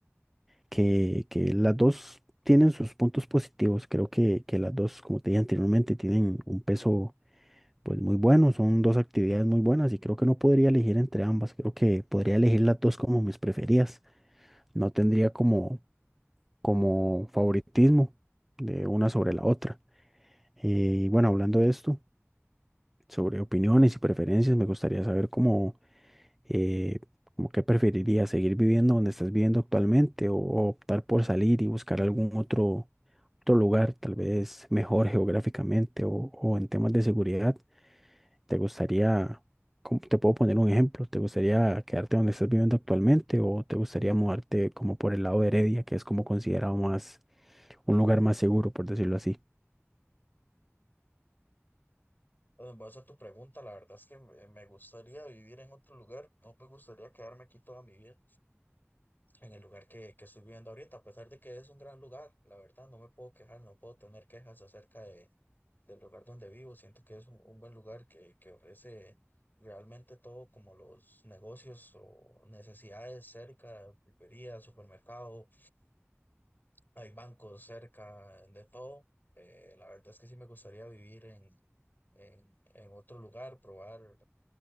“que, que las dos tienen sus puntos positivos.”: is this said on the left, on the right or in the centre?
Centre